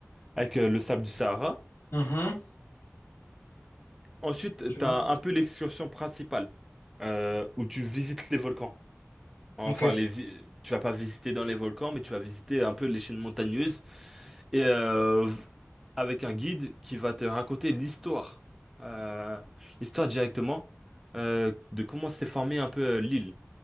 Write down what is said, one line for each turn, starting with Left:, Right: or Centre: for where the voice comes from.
Centre: avec euh, le sable du Sahara.
Left: Mhm.
Centre: Ensuite,
Left: Ok.
Centre: tu as un peu l'excursion principale euh, où tu visites les volcans. Enfin,
Left: Ok.
Centre: les vi- tu vas pas visiter dans les volcans, mais tu vas visiter un peu les chaînes montagneuses et euh, v- avec un guide qui va te raconter l'histoire, euh, l'histoire directement euh, de comment s'est formée un peu euh, l'île,